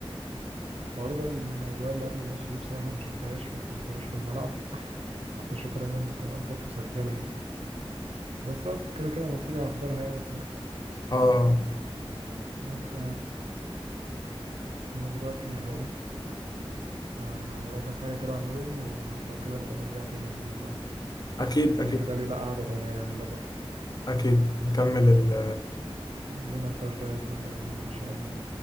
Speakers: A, on the right; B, on the left.
A: برضه الاجواء اللي قبل الماتش دي بصراحه ما شفتهاش ما حضرتهاش في الملعب <laughs> بس كنت اشوفها دايما كلقطات مسجله يعني بس اه كده كده مصيري هحضرها يعني في مرة
B: اه
A: وانت انا دلوقتي هقوم آه، ورايا كام حاجة كده اعملهم ولو كده نبقى نرجع تاني يا مدير نقعد
B: اكيد
A: كده
B: اكيد
A: كده لينا قعدة تانية يعني لا تقلق
B: اكيد نكمل ال
A: عندنا نقاش ده يكمل بعدين ان شاء الله